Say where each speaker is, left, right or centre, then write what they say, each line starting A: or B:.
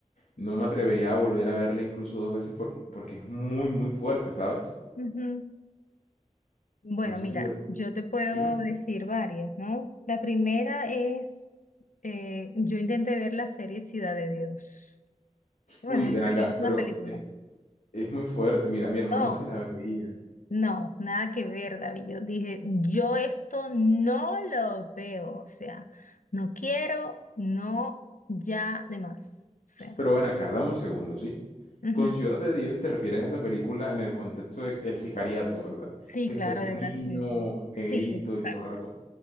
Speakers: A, on the left; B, on the left.
A: no me atrevería a volver a verla incluso dos veces por- porque es muy, muy fuerte, ¿sabes?
B: Ujú. Bueno,
A: No sé
B: mira,
A: si de...
B: yo te puedo
A: Dime.
B: decir varias, ¿no? La primera es, eh, yo intenté ver la serie Ciudad de Dios. Bueno,
A: Uy, ven
B: en realidad
A: acá,
B: es
A: pero
B: una película.
A: es, es muy fuerte. Mira, mi hermano
B: No,
A: se la veía.
B: no, nada que ver, David. Yo dije, yo esto no lo veo, o sea, no quiero, no, ya de más. O sea,
A: Pero ven acá, dame un segundo, ¿sí?
B: ujú.
A: Con Ciudad de Dios te refieres a esa película en el contexto de el sicariato, ¿verdad?
B: Sí,
A: Que
B: claro,
A: está este
B: de
A: niño
B: Brasil.
A: negrito
B: Sí, exacto.
A: y toda la cosa.